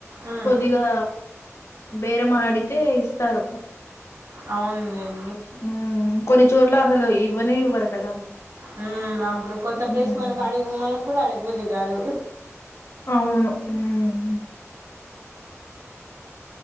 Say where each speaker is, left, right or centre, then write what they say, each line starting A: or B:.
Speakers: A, on the right; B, on the left.
A: మ్మ్.
B: కొద్దిగా బేరమాడితే ఇస్తారు
A: అవునండి
B: హ్మ్ కొన్ని చోట్ల అసలు ఇవ్వనే ఇవ్వరు కదా
A: హ్మ్ అప్పుడు కొత్త ప్లేస్
B: ఉమ్,
A: మనకు అడుగు మనకు కూడా అడగబుద్ధి కాదు
B: అవును మ్మ్